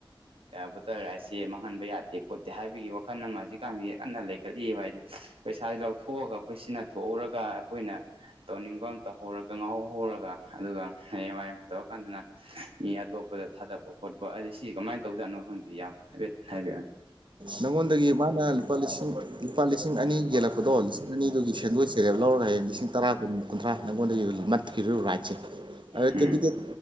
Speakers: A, on the right; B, on the right.
A: ꯕꯇꯔ ꯔꯥꯏꯁꯁꯦ ꯃꯥꯡꯍꯟꯕ ꯌꯥꯗꯦ ꯈꯣꯠꯇꯦ ꯍꯥꯏꯕꯒꯤ ꯋꯥꯈꯜ ꯑꯃ ꯍꯧꯖꯤꯛꯀꯥꯟꯁꯤꯖꯤ ꯀꯟꯅ ꯂꯩꯈꯠꯂꯤꯢꯕ ꯍꯥꯏꯗꯤ ꯄꯩꯁꯥꯥꯁꯦ ꯂꯧꯊꯣꯛꯑꯒ ꯑꯩꯈꯣꯏ ꯁꯤꯅꯊꯣꯛꯎꯔꯒ ꯑꯩꯈꯣꯏꯅ ꯇꯧꯅꯤꯡꯕ ꯑꯃ ꯇꯧꯍꯧꯔꯒ ꯉꯥꯎꯍꯧꯔꯒ ꯑꯗꯨꯒ ꯍꯌꯦꯡꯋꯥꯏ ꯇꯧꯔꯀꯥꯟꯗꯅ ꯃꯤ ꯑꯇꯣꯞꯄꯗ ꯊꯥꯗꯕ ꯈꯣꯠꯄ ꯍꯥꯏꯗꯤ ꯁꯤ ꯀꯃꯥꯏꯅ ꯇꯧꯖꯥꯠꯅꯣ ꯈꯪꯗꯦ ꯌꯥꯝꯕ ꯍꯥꯏꯐꯦꯠ ꯍꯥꯏꯕꯤꯔꯛꯑꯣꯅꯦ
B: ꯅꯪꯉꯣꯟꯗꯒꯤ ꯃꯥꯅ ꯂꯨꯄꯥ ꯂꯤꯁꯤꯡ ꯂꯤꯁꯤꯡ ꯑꯅꯤ ꯌꯦꯂꯛꯄꯗꯣ ꯂꯤꯁꯤꯡ ꯑꯅꯤꯗꯨꯒꯤ ꯁꯦꯟꯗꯣꯏ ꯆꯦꯔꯦꯞ ꯂꯧꯔꯒ ꯍꯌꯦꯡ ꯂꯤꯁꯤꯡ ꯇꯔꯥ ꯀꯨꯟ ꯀꯨꯟꯊ꯭ꯔꯥ ꯅꯪꯉꯣꯟꯗꯒꯤ ꯃꯠ ꯔꯥꯏꯠꯁꯦ ꯑꯥ
A: ꯎꯝ
B: ꯀꯦꯟꯗꯤꯗꯦꯠ